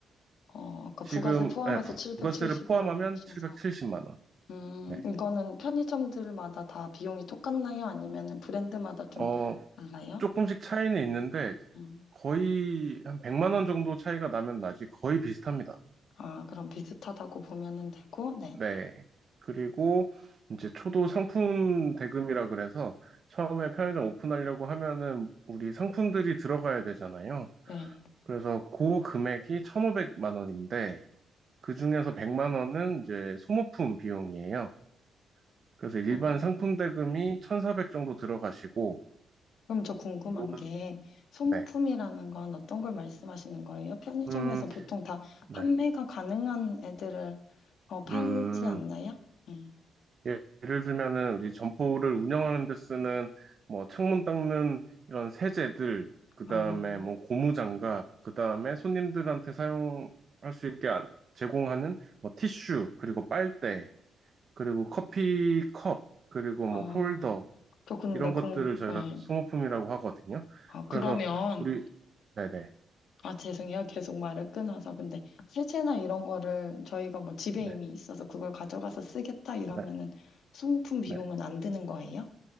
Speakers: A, on the left; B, on the right.
A: 어, 아까
B: 지금,
A: 부가세 포함해서
B: 네, 부-
A: 770이라고
B: 부가세를 포함하면
A: 하셔서.
B: 770만 원.
A: 음,
B: 네.
A: 이거는 편의점들마다 다 비용이 똑같나요? 아니면은 브랜드마다 좀
B: 어,
A: 달라요?
B: 조금씩 차이는 있는데,
A: 음,
B: 거의 한 100만 원 정도 차이가 나면 나지 거의 비슷합니다.
A: 아, 그럼 비슷하다고 보면은 되고, 네.
B: 네. 그리고 이제 초도 상품 대금이라 그래서 처음에 편의점 오픈하려고 하면은 우리 상품들이 들어가야 되잖아요.
A: 네.
B: 그래서 그 금액이 1,500만 원인데 그중에서 100만 원은 이제 소모품 비용이에요. 그래서 일반
A: 어,
B: 상품 대금이 1,400 정도 들어가시고
A: 그럼 저 궁금한
B: 요-
A: 게 소모품이라는
B: 네.
A: 건 어떤 걸 말씀하시는 거예요? 편의점에서
B: 음,
A: 보통 다
B: 네.
A: 판매가 가능한 애들을 어, 팔지
B: 음,
A: 않나요? 음.
B: 예- 예를 들면은 우리 점포를 운영하는 데 쓰는 뭐 창문 닦는 이런 세제들, 그다음에
A: 어,
B: 뭐 고무장갑, 그다음에 손님들한테 사용할 수 있게 안- 제공하는 뭐 티슈, 그리고 빨대, 그리고 커피 컵 그리고 뭐
A: 어,
B: 홀더,
A: 저 근데
B: 이런
A: 궁,
B: 것들을 저희가
A: 네.
B: 소모품이라고 하거든요.
A: 아, 그러면
B: 그래서 우리 네네
A: 아 죄송해요 계속 말을 끊어서 근데 세제나 이런 거를 저희가 뭐 집에
B: 네네
A: 이미 있어서 그걸 가져가서 쓰겠다 이러면은
B: 네.
A: 소모품 비용은
B: 네.
A: 안 드는 거예요?